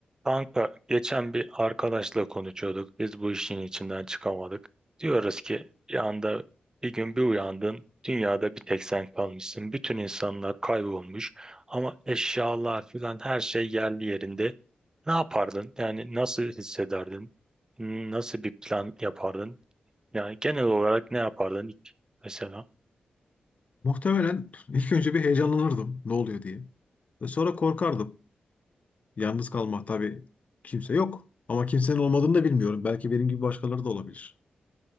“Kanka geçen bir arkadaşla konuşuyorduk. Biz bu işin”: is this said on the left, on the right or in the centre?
Right